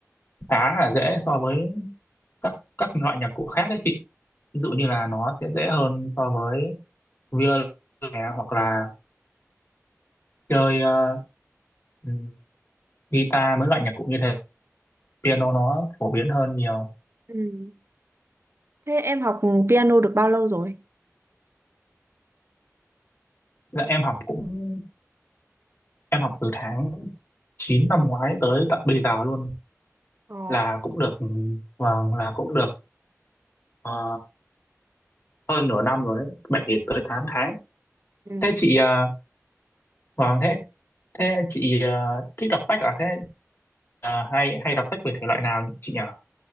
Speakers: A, on the left (about 45°); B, on the right (about 50°).
A: khá là dễ so với các các loại nhạc cụ khác đấy chị ví dụ như là nó sẽ dễ hơn so với violin nè, hoặc là chơi ờ, ừm, guitar mấy loại nhạc cụ như thế piano nó phổ biến hơn nhiều
B: Ừ. Thế em học piano được bao lâu rồi?
A: Dạ, em học cũng em học từ tháng chín năm ngoái tới tận bây giờ luôn
B: Ồ,
A: là cũng được ừ, vâng là cũng được ờ, hơn nửa năm rồi đấy bảy tới tám tháng
B: ừ.
A: thế chị uh, Vâng thế thế chị à, thích đọc sách à thế à, hay hay đọc sách về thể loại nào chị nhỉ